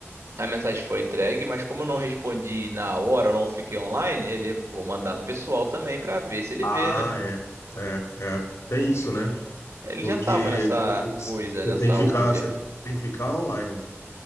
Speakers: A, on the right; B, on the left.
A: A mensagem foi entregue, mas como eu não respondi na hora, eu não fiquei online, ele vou mandar no pessoal também pra ver se ele
B: Ah,
A: vê, né?
B: é, é, é. Tem isso, né?
A: Ele
B: Porque
A: já tava nessa
B: tu- você
A: coisa, nessa
B: tem que ficar,
A: úria.
B: você tem que ficar online, né?